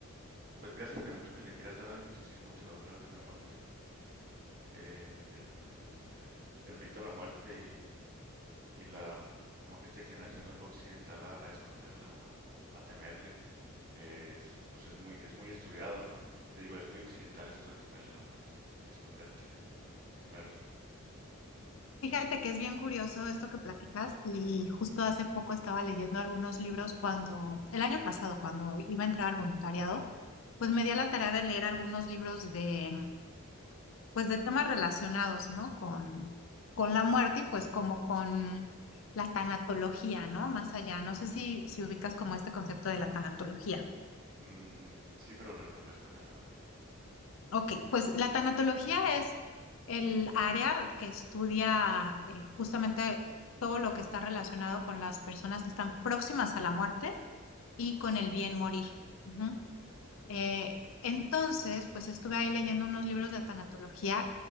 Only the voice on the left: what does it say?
Fíjate que es bien curioso esto que platicas y justo hace poco estaba leyendo algunos libros cuando, el año pasado, cuando iba a entrar al voluntariado, pues me di a la
tarea de leer algunos libros de, pues de temas relacionados, ¿no? Con, con la muerte y pues como con la tanatología, ¿no? Más allá. No sé si, si ubicas como este concepto de la tanatología.
Ok, pues la tanatología es el área que estudia eh, justamente todo lo que está relacionado con las personas que están próximas a la muerte
y con el bien morir. Ujú.
Eh, entonces, pues estuve ahí leyendo unos libros de tanatología